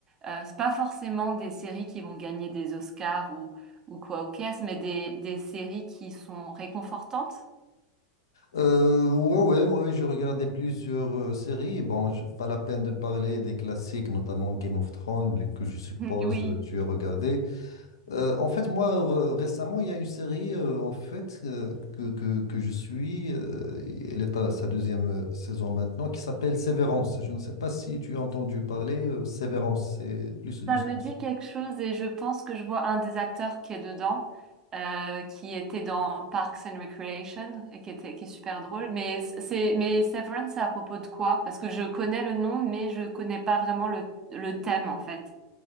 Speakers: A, on the right (about 25°); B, on the left (about 65°).
A: euh, c'est pas forcément des séries qui vont gagner des Oscars ou, ou quoi ou qu'est-ce, mais des, des séries qui sont réconfortantes.
B: Euh, ouais, ouais, ouais, j'ai regardé plusieurs euh, séries. Bon, je- pas la peine de parler des classiques, notamment Game of Thrones, les- que je suppose
A: <laughs> Oui.
B: euh, tu as regardé. Euh, en fait, moi, re- récemment, il y a une série euh, en fait euh, que, que, que je suis. euh, et elle est à sa deuxième euh, saison maintenant, qui s'appelle Sévérance. Je ne sais pas si tu as entendu parler. euh, Sévérance, c'est plus du.
A: Ça
B: sens.
A: me dit quelque chose et je pense que je vois un des acteurs qui est dedans, euh, qui était dans Parks and Recreation et qui était, qui est super drôle. Mais c'est, mais Severance, c'est à propos de quoi? Parce que je connais le nom, mais je connais pas vraiment le, le thème en fait.